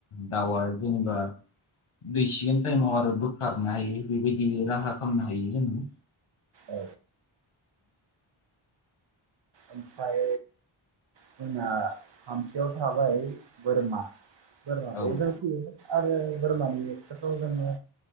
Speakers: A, on the left; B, on the right.
A: दाउआ जेनेबा दैसिगोन टाइमाव आरो बोखारनो हायो बेबायदि राहा खालामनो हायो जोङो।
B: औ ओमफ्राय जोंना थामथियाव थाबाय बोरमा। बोरमाखौबो
A: औ
B: जों फियो। आरो बोरमानिखोथ' जोङो